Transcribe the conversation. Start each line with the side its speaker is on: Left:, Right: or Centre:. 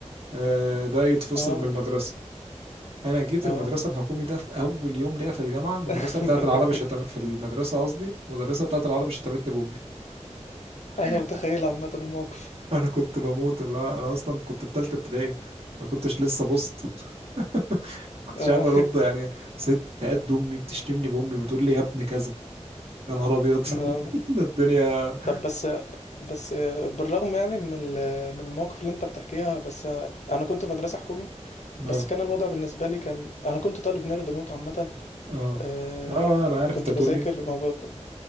Right: آه، ده يتفصل
Left: اه
Right: من المدرسه انا جيت
Left: اه
Right: المدرسه الحكومي ده في اول يوم ليا في الجامعه المدرسه
Left: <laughs>
Right: بتاعه العربي شتم في المدرسه قصدي المدرسه بتاعه العربي شتمتني بامي
Left: انا
Right: <laughs>
Left: متخيل عامة الموقف
Right: انا كنت بموت اللي هو انا اصلا كنت في ثالثه ابتدائي ما كنتش لسه بوست <laughs>
Left: <laughs>
Right: ما كنتش
Left: اه
Right: عارف ارد يعني ست قد امي بتشتمني بامي بتقول لي يا ابن كذا يا نهار ابيض
Left: اه
Right: <laughs> ده الدنيا
Left: طب بس بس بالرغم يعني من ال- من المواقف اللي انت بتحكيها بس انا كنت في مدرسة حكومي بس
Right: اه
Left: كان الوضع بالنسبة لي كان انا كنت طالب نيرد موت عامة
Right: اه
Left: آه،
Right: اه انا عارف
Left: كنت
Right: انت هتقول
Left: بذاكر
Right: لي
Left: ما ب...